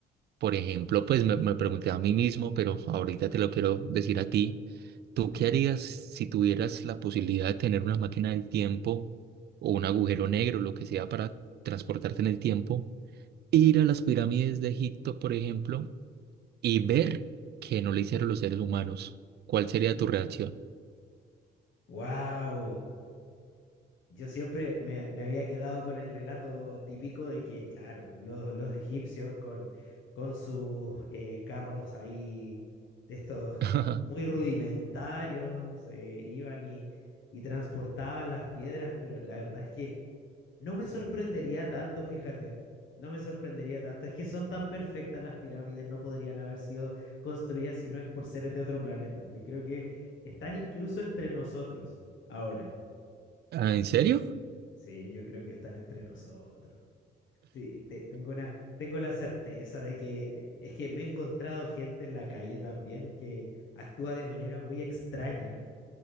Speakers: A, on the right (about 55°); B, on the left (about 75°).
A: por ejemplo, pues me, me pregunté a mí mismo, pero ahorita te lo quiero decir a ti. ¿Tú
B: Ok.
A: qué harías si tuvieras la posibilidad de tener una máquina del tiempo o un agujero negro, lo que sea, para transportarte en el tiempo? ir a las pirámides de Egipto, por ejemplo, y ver que no le hicieron los seres humanos, ¿cuál sería tu reacción?
B: ¡Wow! Yo siempre me, me había quedado con el relato típico de que, claro, los, los egipcios con, con sus eh, carros ahí de estos
A: <laughs>
B: ah, muy rudimentarios, eh, iban y, y transportaban las piedras, pero la verdad es que no me sorprendería tanto, fíjate, no me sorprendería tanto. Es que son tan perfectas las pirámides, no podrían haber sido construidas si no es por seres de otro planeta. Yo creo que están incluso entre nosotros ahora.
A: Ah, ¿En serio?
B: Sí, yo creo que están entre nosotros. Sí, te- tengo una, tengo la certeza de que es que me he encontrado gente en la calle también que actúa de manera muy extraña,